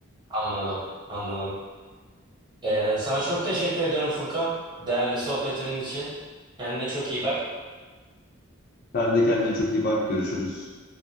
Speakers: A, on the right; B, on the left.
A: Anladım, anladım. Ee, sana çok teşekkür ederim Furkan. Değerli sohbetin için. Kendine çok iyi bak.
B: Sen de kendine çok iyi bak. Görüşürüz.